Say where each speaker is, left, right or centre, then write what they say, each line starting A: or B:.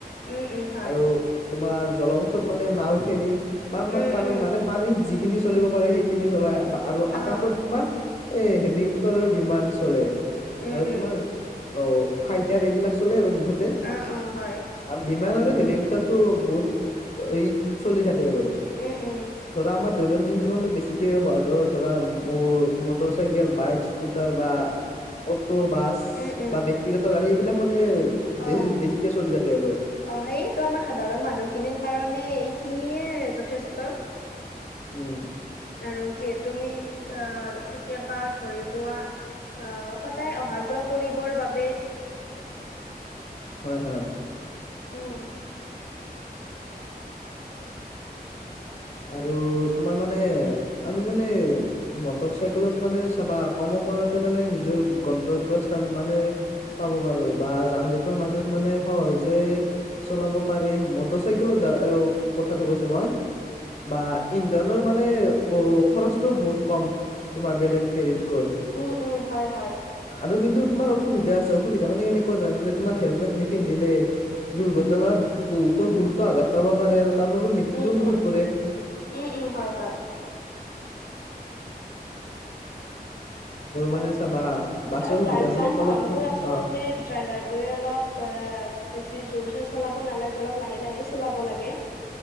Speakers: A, on the left; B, on the left.
A: উম, উম, হয়,
B: আৰু তোমাৰ জলপথত, মানে নাওফেৰি মাম
A: উম,
B: তাম
A: উম,
B: মানে পানীত যিখিনি চলিব পাৰে সেইখিনি চলাই আপ আৰু আকাশত,
A: অ',
B: তোমাৰ এ হেলিকপ্তাৰ, বিমান চলে
A: উম,
B: আৰু
A: উম,
B: তোমাৰ অ ফাইটাৰ এইবিলাক চলে আৰু মুঠত
A: অ অ হয়।
B: আ বিমান আৰু হেলিকপ্তাৰ টো বহুত এই চলি থাকে। আৰু
A: উম উম
B: ধৰা আমাৰ দৈনন্দিন জীৱনত বেছিকে ব্যৱহাৰ ধৰ ধৰা মু মটৰ চাইকেল বাইক স্কুটাৰ বা। অটো বাছ
A: উম, উম,
B: বা ব্যক্তিগত গাড়ী এইবিলাক মানে বে
A: অ',
B: বেছিকে চলি থাকে আৰু
A: অ সেইটো আমাৰ সাধাৰণ মানুহখিনিৰ কাৰণে এইখিনিয়ে যথেষ্ট।
B: উম,
A: আৰু যিহে তুমি আহ কেতিয়াবা ধৰি লোৱা। অ সদায় অহা যোৱা কৰিবৰ বাবে।
B: হয় হয়।
A: উম,
B: আৰু তোমাৰ মানে আমি মানে মটৰ চাইকেলত মানে চাবা। কম সময়তে মানে নিজৰ গন্তব্য স্থা ন মানে পাব পাৰো বা যান জঁটৰ মাজত মানে সহজে চলাব পাৰি, মটৰ চাইকেলৰ দ্বাৰা কথাটো কৈছো মই। বা ইন্ধনৰ মানে অ খৰচটো বহুত কম তোমাৰ বেলেগ হেৰিতকৈ।
A: উম উম হয় হয়।
B: আৰু কিন্তু তোমাৰ অসুবিধা আছে অসুবিধা মানে কেনেকুৱা জানে তোমাৰ হেলমেট নিপিন্ধিলে, দুৰ্ঘটনাত বহুতো গুৰুত্ব আঘাত পাব পাৰে আৰু তাৰ বাবোবে মৃত্যু
A: উম, উম,
B: মুখত পৰে।
A: উম উম হয় হয়। আৰু,
B: মানে চাবা বাছৰ
A: আৰু
B: সুবিধা
A: যা
B: বুলি
A: যান
B: ক'লে
A: বাহন
B: তোমাৰ
A: বোৰ আচলতে
B: অ
A: ড্ৰাইভাৰ বোৰে অলপ অ বেছি যোৰচে চলাব নালাগে, অলপ লাহে লাহে চলাব লাগে।